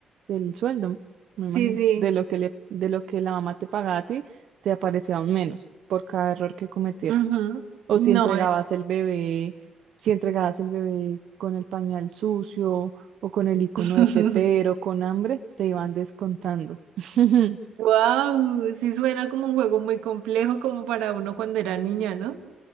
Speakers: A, on the right (about 70°); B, on the right (about 85°).
A: del sueldo, me imagino,
B: Sí, sí.
A: de lo que le, de lo que la mamá te pagaba a ti, te aparecía un menos por cada error que cometieras.
B: Ujú.
A: O
B: No
A: si entregabas
B: es.
A: el bebé, si entregabas el bebé con el pañal sucio o con el icono
B: <laughs>
A: de tetero, con hambre, te iban descontando. <laughs>
B: Wow, sí suena como un juego muy complejo como para uno cuando era niña, ¿no?